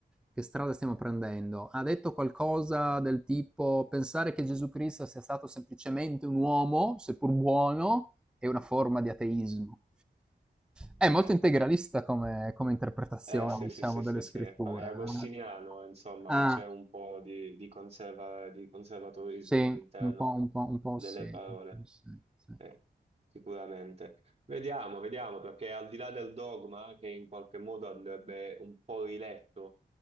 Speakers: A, in the centre; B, on the right (about 35°).
A: che strada stiamo prendendo". Ha detto qualcosa del tipo: "Pensare che Gesù Cristo sia stato semplicemente un uomo, seppur buono, è una forma di ateismo". È molto
B: Eh.
A: integralista come come interpretazione,
B: Eh sì,
A: diciamo,
B: sì, sì,
A: delle
B: sì,
A: scritture,
B: sì, è agostiniano,
A: eh.
B: insomma,
A: Ah,
B: c'è un po' di, di conserva- di conservatorismo
A: sì,
B: all'interno
A: un po' un po' un po'
B: delle
A: sì,
B: parole,
A: un po' sì, sì.
B: eh, sicuramente. Vediamo, vediamo, perché al di là del dogma, che in qualche modo andrebbe un po' riletto